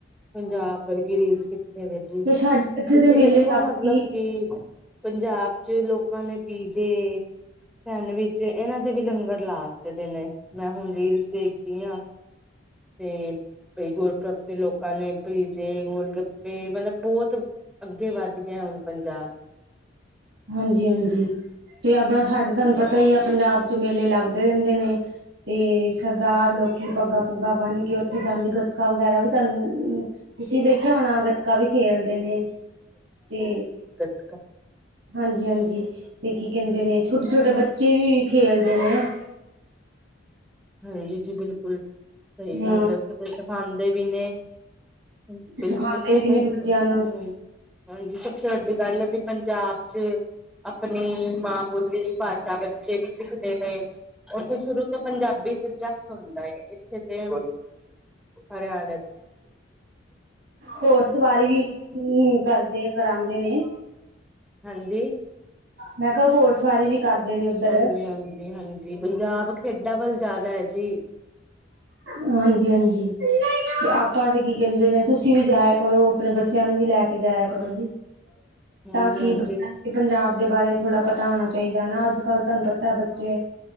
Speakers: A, in the centre; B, on the right.
A: ਪੰਜਾਬ ਵਰਗੀ ਰੀਸ ਕਿੱਥੇ। ਜੀ
B: ਤੇ ਸਾਡੇ
A: ਤੁਸੀਂ
B: ਇੱਥੇ ਦੇ ਮੇਲੇ
A: ਵੇਖੋ
B: ਲੱਗ
A: ਮਤਲਬ ਕਿ ਪੰਜਾਬ ਚ ਲੋਕਾਂ ਨੇ ਪੀਜੇ ਸੈਂਡਵਿਚ ਇਹਨਾਂ ਦੇ ਵੀ ਲੰਗਰ ਲਾ ਦੇ ਨੇ ਮੈਂ ਹੁਣ ਰੀਲਸ ਦੇਖਦੀ ਆ। ਤੇ ਗੁਰਪੂਰਬ ਤੇ ਲੋਕਾਂ ਨੇ ਭੀਜੇ ਗੋਲਗੱਪੇ ਮਤਲਬ ਬਹੁਤ ਅੱਗੇ ਵੱਧ ਗਿਆ ਹੁਣ ਪੰਜਾਬ
B: ਹਾਂਜੀ ਹਾਂਜੀ, ਤੇ ਆਪਣਾ ਸਾਡੇ ਤੁਹਾਨੂੰ ਪਤਾ ਹੀ ਆ ਪੰਜਾਬ ਚ ਮੇਲੇ ਲੱਗਦੇ ਰਹਿੰਦੇ ਨੇ। ਤੇ ਸਰਦਾਰ ਲੋਕੀ ਪੱਗਾਂ ਪੁੱਗਾਂ ਬੰਨ ਕੇ ਉੱਥੇ ਜਾਂਦੇ ਗੱਤਕਾ ਵਗੈਰਾ ਵੀ ਤੁਹਾਨੂੰ ਤੁਸੀਂ ਦੇਖਿਆ ਹੋਣਾ ਗਤਕਾ ਵੀ ਖੇਲਦੇ ਨੇ ਤੇ
A: ਹਾਂ,
B: ਹਾਂਜੀ ਹਾਂਜੀ, ਤੇ ਕੀ ਕਹਿੰਦੇ ਨੇ ਛੋਟੇ ਛੋਟੇ ਬੱਚੇ ਵੀ ਖੇਲਦੇ ਨੇ।
A: ਹਾਂਜੀ ਜੀ, ਬਿਲਕੁਲ ਸਹੀ
B: ਹਮ
A: ਗੱਲ ਐ ਉੱਥੇ ਸਿਖਾਾਂਦੇ ਵੀ ਨੇ। ਬਿਲਕੁਲ
B: ਸਿਖਾਉਂਦੇ
A: ਇੱਥੇ
B: ਵੀ
A: ਤਾਂ
B: ਨੇ ਬੱਚਿਆਂ
A: ਹੂੰ,
B: ਨੂੰ
A: ਹਾਂਜੀ ਸਭ ਤੋਂ ਵੱਡੀ ਗੱਲ ਹੈ ਵੀ ਪੰਜਾਬ ਚ ਆਪਣੀ ਮਾਂ ਬੋਲੀ ਭਾਸ਼ਾ ਬੱਚੇ ਵੀ ਸਿੱਖਦੇ ਨੇ। ਓਥੇ ਸ਼ੁਰੂ ਤੋਂ ਪੰਜਾਬੀ ਸਬਜੈਕਟ ਹੁੰਦਾ ਐ ਇਥੇ ਹਰਿਆ।
B: ਹੋਰ ਸਵਾਰੀ ਵੀ ਕਰਦੇ ਕਰਾਂਦੇ ਨੇ।
A: ਹਾਂਜੀ।
B: ਮੈਂ ਕਿਹਾ ਹੋਰ ਸਵਾਰੀ ਵੀ ਕਰਦੇ ਨੇ ਉੱਧਰ
A: ਹਾਂਜੀ ਹਾਂਜੀ, ਹਾਂਜੀ ਪੰਜਾਬ ਖੇਡਾਂ ਵੱਲ ਜ਼ਿਆਦਾ ਹੈ ਜੀ।
B: ਹਾਂਜੀ ਹਾਂਜੀ। ਤੇ ਆਪਾਂ ਤੇ ਕੀ ਕਹਿੰਦੇ ਨੇ ਤੁਸੀਂ ਵੀ ਜਾਇਆ ਕਰੋ ਆਪਣੇ ਬੱਚਿਆਂ ਨੂੰ ਵੀ ਲੈ ਕੇ ਜਾਇਆ ਕਰੋ ਜੀ।
A: ਹਾਂਜੀ
B: ਤਾਂ ਕਿ
A: ਹਾਂਜੀ
B: ਬੱਚ ਪੰਜਾਬ ਦੇ ਬਾਰੇ ਥੋੜ੍ਹਾ ਪਤਾ ਹੋਣਾ ਚਾਹੀਦਾ ਨਾ ਅੱਜ ਕੱਲ੍ਹ ਤੁਹਾਨੂੰ ਪਤਾ ਬੱਚੇ।